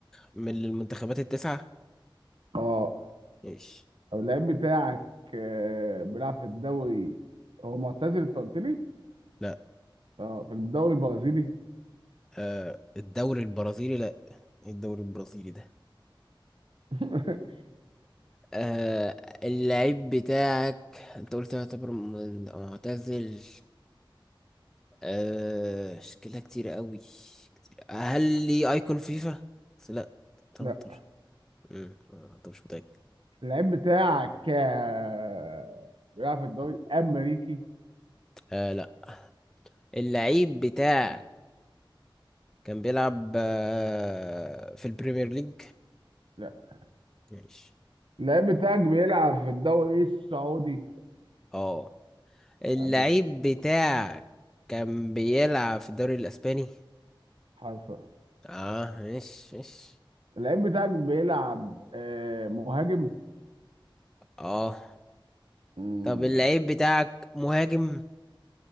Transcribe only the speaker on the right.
اه
طب اللعيب بتاعك آه، بيلعب في الدوري هو معتزل انت قلت لي؟
اه في الدوري البرازيلي؟
<laughs>
لا
اللعيب بتاعك آه، بيلعب في الدوري الامريكي؟
لا
اللعيب بتاعك بيلعب في الدوري السعودي
ابو
حصل
اللعيب بتاعك بيلعب آه مهاجم
مم.